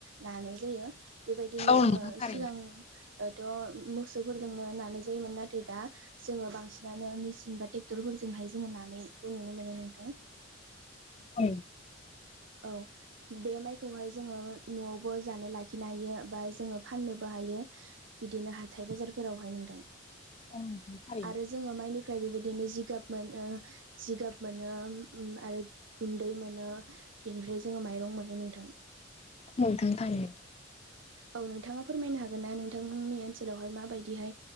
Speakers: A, on the right (about 70°); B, on the left (about 30°).
A: नानाय जायो बेबायदिनो
B: औ
A: जोङो
B: नोंथां थारैनो
A: सिगांथ' मोसौफोरजोंनो नानाय जायोमोन नाथाय दा जोङो बांसिनानो मेसिन बा ट्रेक्टरफोरजोंहाय जोङो नानायखौ नुनो मोनो नोंथां
B: औ
A: औ बे माइखौहाय जोङो न'आवबो जानो लाखिनो हायो बा जोङो फाननोबो हायो बिदिनो हाथाय बाजारफोरावहाय नोंथां।
B: <unintelligible>
A: आरो जोङो माइनिफ्राय बेबायदिनो जिगाब मोनो जिगाब मोनो ओम आरो गुन्दै मोनो बेनिफ्राय जोङो माइरं मोनो नोंथां
B: औ नोंथां थारैनो
A: औ नोंथाङा फोरमायनो हागोनना नोंथांमोननि ओनसोलावहाय माबायदिहाय